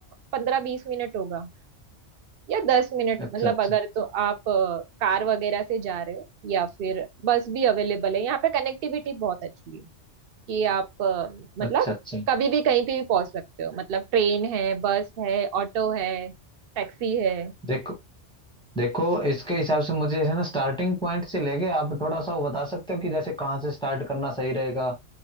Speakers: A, on the right; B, in the centre.
A: पंद्रह बीस मिनट होगा या दस मिनट
B: अच्छा
A: मतलब
B: अच्छा
A: अगर तो आप कार वगैरह से जा रहे हो या फिर बस भी अवेलेबल है यहाँ पे कनेक्टिविटी बहुत अच्छी है कि आप अ, मतलब
B: अच्छा अच्छा
A: कभी भी कहीं पे भी पहुंच सकते हो मतलब ट्रेन है बस है ऑटो है टैक्सी है
B: देखो देखो इसके हिसाब से मुझे है ना स्टार्टिंग पॉइंट से लेके आप थोड़ा सा वो बता सकते हो कि जैसे कहाँ से स्टार्ट करना सही रहेगा